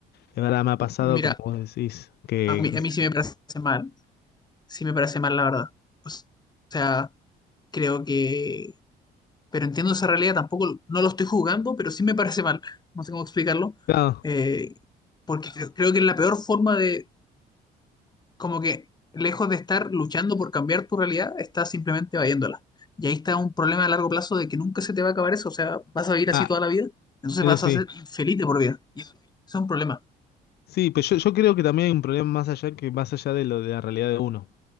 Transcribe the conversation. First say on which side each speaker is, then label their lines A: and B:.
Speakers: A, on the left (about 70°); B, on the left (about 25°).
A: De verdad me ha pasado,
B: Mira,
A: como vos decís, que...
B: a mí,
A: me-
B: a mí sí me parece mal sí me parece mal, la verdad. O sea, creo que... Pero entiendo esa realidad, tampoco no lo estoy jugando, pero sí me parece mal. <laughs> No sé cómo explicarlo.
A: Claro.
B: eh, porque creo, creo que es la peor forma de, como que lejos de estar luchando por cambiar tu realidad, estás simplemente evadiéndola. Y ahí está un problema a largo plazo de que nunca se te va a acabar eso. O sea, vas a vivir
A: Ah,
B: así toda la vida, entonces
A: eso
B: vas
A: sí.
B: a ser infeliz de por vida. Y eso es un problema.
A: Sí, pero yo, yo creo que también hay un problema más allá que más allá de lo de la realidad de uno.